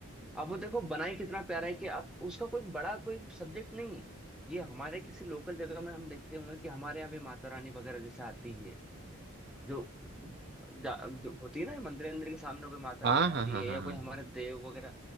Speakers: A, in the centre; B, on the right.
A: अब वो देखो बनाई कितना प्यारा है कि अब उसका कोई बड़ा कोई सब्जेक्ट नहीं है ये हमारे किसी लोकल जगह में हम देखते होंगे कि हमारे यहाँ भी माता रानी वगैरह जैसे आती है जो जा, जो होती है ना मंदिर अंदर के सामने कोई माता
B: हाँ
A: रानी आती
B: हाँ हाँ
A: है
B: हाँ
A: या
B: हाँ
A: कोई हमारे
B: हाँ।
A: देव वगैरह